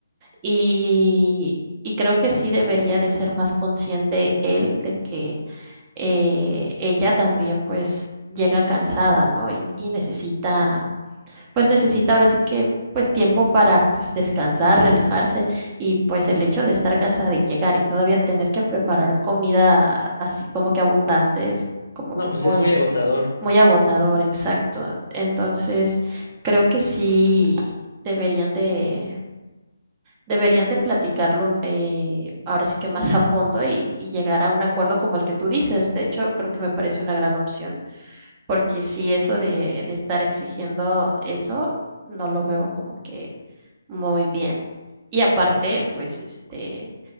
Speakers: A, on the right; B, on the left.
A: y, y creo que sí debería de ser más consciente él de que eh, ella también pues llega cansada, ¿no? Y, y necesita, pues necesita ahora sí que pues tiempo para pues descansar, relajarse y pues el hecho de estar cansada y llegar y todavía tener que preparar comida así como que abundante es como
B: No,
A: que
B: pues es
A: muy,
B: muy agotador.
A: muy agotador, exacto. Entonces, creo que sí deberían de Deberían de platicarlo eh, ahora sí que más a fondo y, y llegar a un acuerdo como el que tú dices. De hecho, creo que me parece una gran opción, porque si eso de, de estar exigiendo eso, no lo veo como que muy bien. Y aparte, pues este,